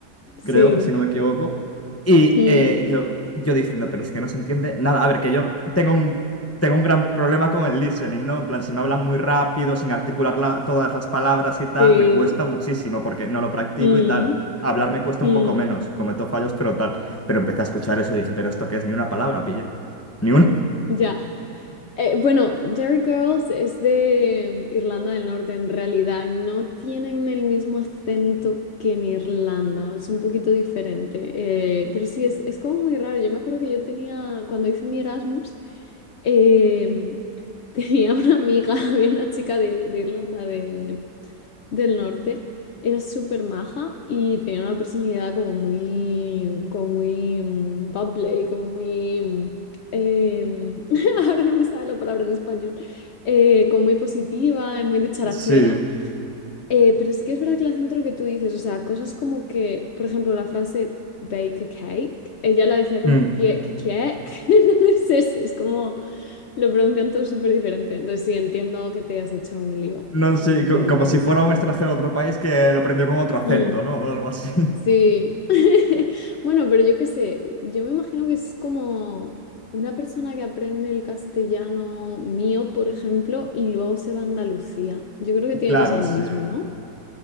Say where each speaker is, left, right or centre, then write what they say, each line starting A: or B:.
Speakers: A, on the left; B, on the left.
A: Sí.
B: creo, si no me equivoco. Y
A: Mm,
B: eh, yo, yo diciendo, pero es que no se entiende nada. A ver, que yo tengo un, tengo un gran problema con el listening, ¿no? En plan, si me hablan muy rápido, sin articular la- todas las palabras y tal,
A: Sí.
B: me cuesta muchísimo porque no lo practico
A: Mm,
B: y tal. Hablar me cuesta
A: mm.
B: un poco menos, cometo fallos, pero tal. Pero empecé a escuchar eso y dije, pero esto qué es, ni una palabra, pille. Ni una.
A: Ya. Eh, bueno, Derry Girls es de em, Irlanda del Norte, en realidad no tienen el mismo acento que en Irlanda, es un poquito diferente, eh, pero sí, es, es como muy raro. Yo me acuerdo que yo tenía, cuando hice mi Erasmus, em, <laughs> tenía una amiga, <laughs> había una chica de, de Irlanda de- del Norte, era súper maja y tenía una personalidad como muy, como muy mm, bubbly, como muy... mm, em, <laughs> ahora no me sale la palabra en español, eh, como muy positiva y muy dicharachera.
B: Sí.
A: Eh, pero sí que es verdad que el acento lo que tú dices, o sea, cosas como que, por ejemplo, la frase bake a cake, ella la decía como
B: Mm.
A: bake cake, <laughs> entonces es, es como lo pronuncian todo súper diferente. Entonces sí, entiendo que te has hecho un lío
B: No,
A: con,
B: sí, co-
A: con el
B: como
A: acento.
B: si fuera un extranjero de otro país que lo aprendió con otro acento,
A: Mm.
B: ¿no? <laughs> O algo así. <laughs>
A: Sí. <laughs> Bueno, pero yo qué sé, yo me imagino que es como una persona que aprende el castellano mío, por ejemplo, y luego se va a Andalucía. Yo creo que tiene
B: Claro,
A: que ser lo
B: sí.
A: mismo, ¿no?